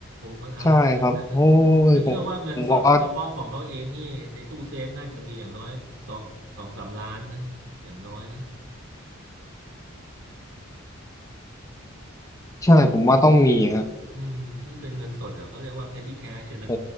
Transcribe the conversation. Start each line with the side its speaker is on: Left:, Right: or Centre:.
Right: มันอะไรขนาดนั้นนะ
Left: ใช่ครับโอ้ยผม
Right: พี่เชื่อว่าเงินสดเฉพาะของเขาเองนี่ในตู้เซฟน่าจะมีอย่างน้อยสองสองสามล้านนะ
Left: ว่า
Right: อย่างน้อยนะ
Left: ใช่ผมว่าต้องมีฮะ
Right: อืม คือเป็นเงินสดอ่ะเขาเรียกว่า petty cash อะนะ
Left: โห